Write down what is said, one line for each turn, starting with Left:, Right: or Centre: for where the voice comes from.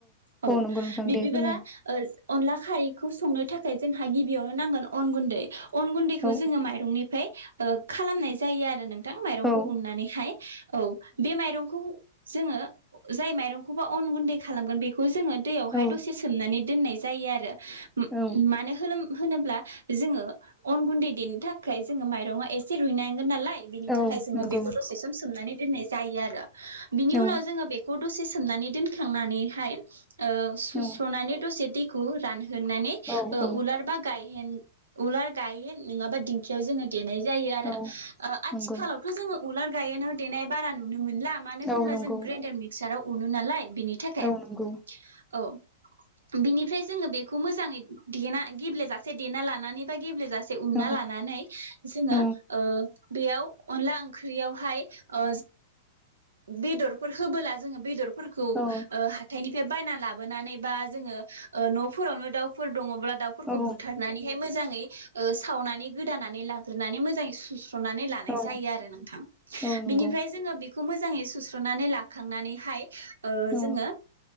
Right: औ
Centre: नंगौ नोंथां
Right: बिदिब्ला।
Centre: दे फोरमाय
Right: अनला खारैखौ संनो थाखाय जोंहा गिबियावनो नांगोन अन गुन्दै। अन गुन्दैखौ
Centre: औ
Right: जोङो माइरंनिफ्राय। ओ खालामनाय जायो आरो नों। थां माइरंखौ
Centre: औ
Right: उननानै। हाय औ बे माइरंखौ। जोङो जाय माइरंखौबा अन गुन्दै खालामगोन बेखौ खौ जोङो दैयावहाय
Centre: औ
Right: दसे सोमनानै दोननाय। जायो आरो।
Centre: औ
Right: मानो होलोम होनोब्ला जोङो अन गुन्दै देनो थाखाय जोङो माइरंङा एसे रुइनांगोन नालाय। बेनि
Centre: औ
Right: थाखाय जोङो
Centre: नंगौ
Right: बे बेखौ दसे सम सोमनानै दोनाय जायो आरो। बिनि
Centre: औ
Right: उनाव जोङो बे खौ दसे सोमनानै दोनखांनानैहाय। ओ सुस्र'नानै
Centre: औ
Right: दसे दै खौ रान होननानै
Centre: औ
Right: ओ
Centre: औ
Right: उलार बा गाय हेन उलार गायहेन नङाबा दिंखियाव जोङो देनाय जायो आरो
Centre: औ
Right: ओ आथिखालावथ'
Centre: नंगौ
Right: जोङो उलार गायोनाव देनाय बारा नुनो मोनो मोनला मानो होनबा
Centre: औ नंगौ
Right: जों ग्राइडार मिक्साराव उनो नालाय बिनि थाखाय
Centre: औ नंगौ
Right: औ बिनिफ्राय जोङो बेखौ मोजाङै देना गेब्लेेजासे देना लानानै बा गेब्लेेजासे से उनना
Centre: औ
Right: लानानै जोङो
Centre: औ
Right: ओ बेयाव अनला ओं ख्रियावहाय ओ बेदरफोर होबोला जोङो बेदर फोरखौ ओ
Centre: औ
Right: हाथायनि फाय बायना लाबोनानै बा जोंङो ओ न फोरावनो दाउफोर दंङ दाउफोरखौ
Centre: औ
Right: बुथारनानैहाय मोजाङै ओ सावनानै गोदानानै लाग्रोनानै मोजाङै सु स्रुनानै लानाय
Centre: औ
Right: जायो आरो नोंथां
Centre: औ नंगौ
Right: बिनिफ्राय जोंङो बे खौ मोजाङै सुस्र'नानै लाखांनानैहाय ओ
Centre: औ
Right: जोङो